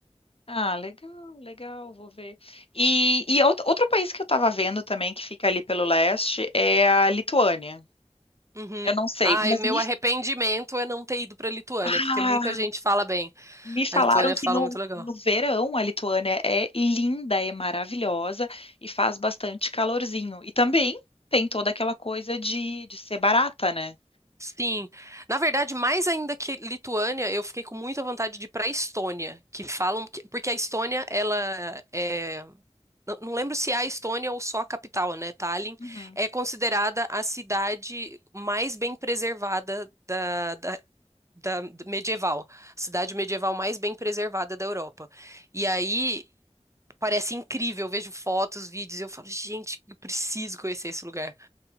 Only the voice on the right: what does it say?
Uhum.
Ai,
meu
arrependimento é não ter ido pra Lituânia,
porque muita gente fala bem.
A Lituânia
fala
muito legal.
Sim. Na verdade, mais ainda que Lituânia, eu fiquei com muita vontade de ir para Estônia, que falam que- porque a Estônia, ela é Não não lembro se é a Estônia ou só a capital, né? Tallinn
é considerada a cidade mais bem preservada da, da, da do medieval, cidade medieval mais bem preservada da Europa. E aí parece incrível, eu vejo fotos, vídeos, e eu falo, gente, eu preciso conhecer esse lugar.